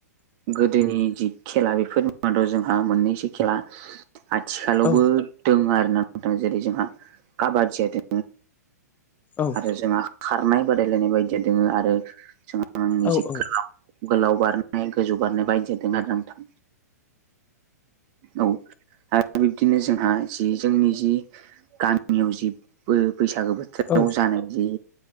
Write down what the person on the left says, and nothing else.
औ
औ
औ
औ